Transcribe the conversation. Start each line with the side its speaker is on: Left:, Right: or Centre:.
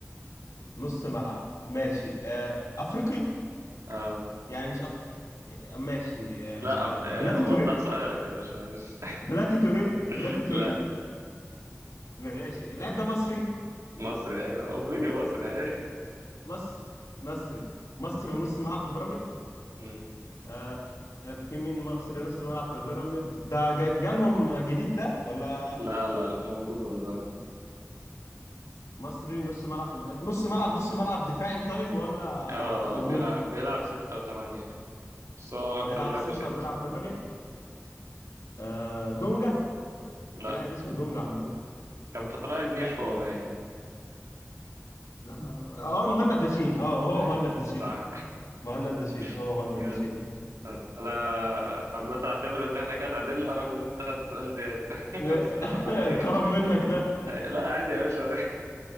Left: نص ملعب ماشي آه... افريقي
Right: أه
Left: يعني مش أف... ماشي آه،
Right: لا أف... آه،
Left: بلاتي
Right: وضح
Left: توريه
Right: سؤالك يا باشا معلش
Left: بلاتي توريه بلاتي
Right: <laughs>
Left: توريه
Right: لا
Left: ماشي اللاعب ده مصري
Right: مصري ايوه افريقي مصري <laughs> ايوه
Left: مصر مصري مصري
Right: أمم،
Left: ونص ملعب في بيراميدز
Right: أمم.
Left: آه، في مين مصري نص ملعب في بيراميدز ده جا- جالهم جديد ده ولا
Right: لا لا لا موجود من زمان
Left: مصري نص ملعب في نص ملعب نص ملعب دفاعي طيب ولا
Right: اه
Left: هجوم
Right: بيلعب بيلعب ستة وثمانية بس هو أكتر
Left: بيلعب
Right: لعبه
Left: ستة
Right: ستة
Left: وبيلعب ثمانية آه، دونجا
Right: لا
Left: في لاعب اسمه دونجا عنده
Right: كان في طلائع الجيش
Left: في لاعب
Right: هو
Left: ايه؟
Right: باين
Left: لا ما هو اه مهند لاشين اه هو
Right: أي
Left: مهند لاشين
Right: صح
Left: مهند لاشين هو
Right: <laughs>
Left: مهند
Right: جامد
Left: لاشين
Right: جامد أنا عامة هعتبر إن إحنا كده تعادلنا رغم إن أنت خدت سؤال زيادة <laughs>
Left: <laughs>
Right: بس نبقى إيه
Left: الكرم منك ده
Right: إيه، لا عادي يا باشا <laughs>